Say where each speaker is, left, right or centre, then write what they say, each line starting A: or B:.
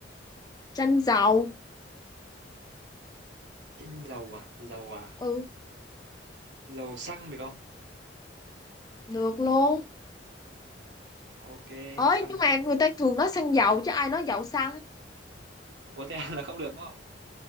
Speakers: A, on the left; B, on the right.
A: tranh dầu
B: tranh dầu à dầu à
A: ừ
B: Dầu xăng được không?
A: được luôn
B: Ok,
A: ơi
B: xăng
A: nhưng
B: gì?
A: mà người ta thường nói xăng dầu chứ ai nói dầu xăng
B: Có thể là không được đúng không?